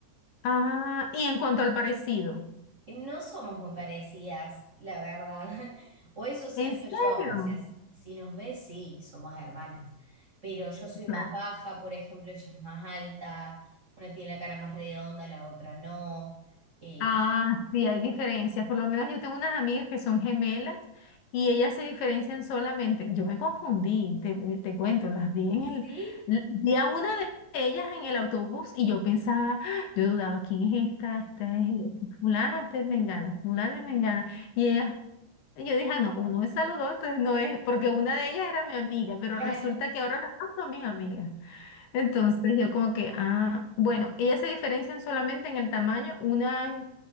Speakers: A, on the left; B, on the right.
A: ah, y en cuanto al parecido.
B: Y No somos muy parecidas, la verdad. <laughs> O eso siento
A: ¿En serio?
B: yo. O sea, si nos ves, sí, somos hermanas. Pero yo soy
A: Claro.
B: más baja, por ejemplo, ella es más alta. Una tiene la cara más redonda, la otra no. Eh,
A: Ah, sí, hay diferencias. Por lo menos yo tengo unas amigas que son gemelas y ellas se diferencian solamente. Yo me confundí, te, eh, te cuento, las vi en
B: sí,
A: el... l- Vi a una de ellas en el autobús y yo pensaba, ¡Ah! yo dudaba, ¿quién es esta? Esta es fulana, esta es mengana, fulana es mengana. Y ellas, yo dije, "Ah, no, como no me saludó, entonces no es, porque una de ellas era mi amiga, pero
B: claro,
A: resulta que ahora las dos son mis amigas. Entonces yo como que, ah, bueno, ellas se diferencian solamente en el tamaño, una es